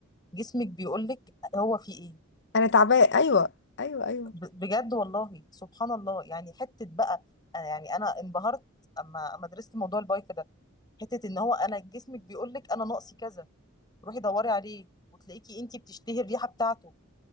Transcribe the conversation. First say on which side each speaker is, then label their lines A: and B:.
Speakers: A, on the left; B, on the left.
A: جسمك بيقول لك هو في ايه
B: انا تعبانه ايوه ايوه ايوه
A: ب- بجد والله سبحان الله يعني حتة بقى أنا يعني انا انبهرت اما اما درست موضوع البايك ده حتة ان هو انا جسمك بيقول لك انا ناقصي كذا روحي دوري عليه وتلاقيكي انتي بتشتهي الريحة بتاعته